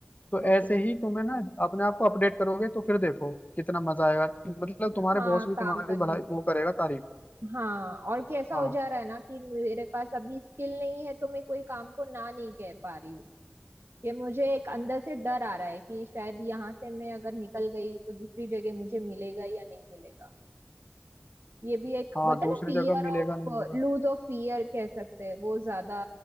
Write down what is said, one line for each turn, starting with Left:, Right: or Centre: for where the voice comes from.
Left: तो ऐसे
Right: ओके
Left: ही तुम्हें ना अपने आप को अपडेट करोगे तो फिर देखो कितना मजा आएगा मतलब तुम्हारे
Right: हाँ
Left: बॉस भी तुम्हारी
Right: काम करने
Left: भलाई
Right: में
Left: वो करेगा तारीफ
Right: हाँ और कैसा
Left: हाँ
Right: हो जा रहा है ना कि मेरे पास अभी स्किल नहीं है तो मैं कोई काम को ना नहीं कह पा रही हूँ कि मुझे एक अंदर से डर आ रहा है कि शायद यहाँ से मैं अगर निकल गई तो दूसरी जगह मुझे मिलेगा या नहीं मिलेगा ये भी एक
Left: हाँ
Right: बोलते
Left: दूसरी
Right: हैं ना fear
Left: जगह मिलेगा
Right: of
Left: नहीं मिलेगा
Right: lose of fear कह सकते हैं वो ज्यादा